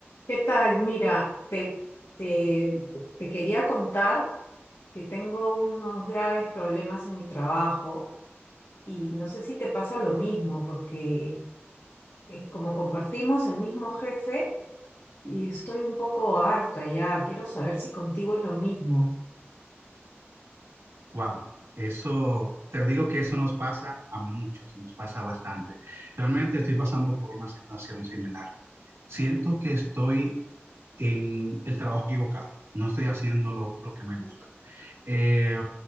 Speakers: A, on the left; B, on the right.
A: ¿Qué tal? Mira, te, te, te quería contar que tengo unos graves problemas en mi trabajo y no sé si te pasa lo mismo porque eh, como compartimos el mismo jefe y estoy un poco harta ya, quiero saber si contigo es lo mismo.
B: Wow, eso, te digo que eso nos pasa a muchos, nos pasa bastante. Realmente estoy pasando por una situación similar. Siento que estoy en el trabajo equivocado, no estoy haciendo lo, lo que me gusta. Eh,